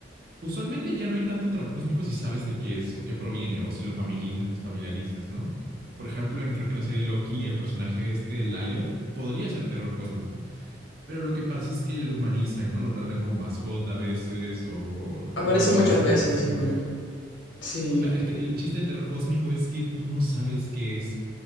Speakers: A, on the right; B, on the left.
A: usualmente ya no hay tanto terror cósmico si sabes de qué es o qué proviene o si lo familiza- familiarizas, ¿no? Por ejemplo, en, creo que en la serie de Loki, el personaje este, Lyot, podría ser terror cósmico, pero lo que pasa es que lo humanizan, ¿no? Lo tratan como mascota a veces o
B: Aparece
A: lo
B: muchas
A: hacen
B: veces
A: aparecer
B: igual.
A: mucho.
B: Sí.
A: Claro, el, el chiste del terror cósmico es que tú no sabes qué es,